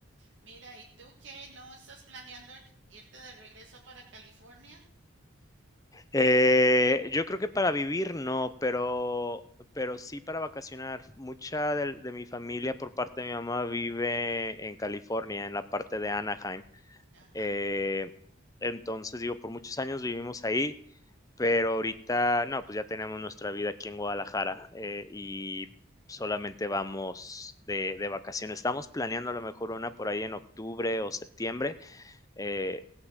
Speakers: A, on the right; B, on the left.
A: Mira, ¿y tú qué? ¿No estás planeando irte de regreso para California?
B: Eh, yo creo que para vivir no, pero, pero sí para vacacionar. Mucha del- de, mi familia por parte de mi mamá vive en California, en la parte de Anaheim.
A: Ajá.
B: Eh, entonces, digo, por muchos años vivimos ahí, pero ahorita no, pues ya tenemos nuestra vida aquí en Guadalajara eh, y solamente vamos de, de vacaciones. Estamos planeando a lo mejor una por ahí en octubre o septiembre
A: ujú,
B: eh,